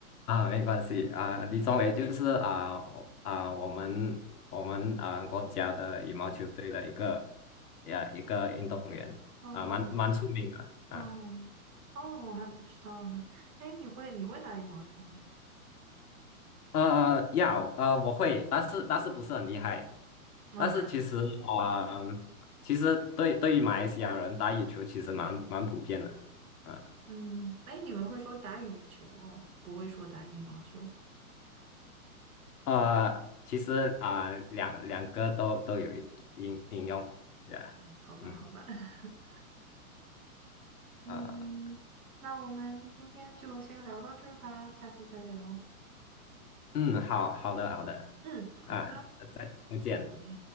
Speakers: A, on the left (about 80°); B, on the right (about 70°).
A: 啊，没关系啊，李宗伟就是啊我啊，我们我们啊国家的羽毛球队的一个呀一个运动员，
B: 哦
A: 蛮蛮出名的啊。
B: 哦哦，我还不知道呢。哎，你会你会打羽毛球吗？
A: 呃，要呃，我会，但是但是不是很厉害。
B: 啊，
A: 但是其实啊、
B: <laughs>
A: 嗯其实对对于马来西亚人打羽球其实蛮蛮普遍的啊
B: 嗯，哎，你们会说打羽球哦，不会说打羽毛球。
A: 呃，其实啊、两两个都都有应应用呀，
B: 好吧，
A: 嗯。
B: 好吧，<laughs> 嗯，
A: 啊。
B: 那我们今天就先聊到这儿吧，下次再聊。
A: 嗯，好好的好的，
B: 嗯，好的，
A: 啊，再再见。
B: 拜。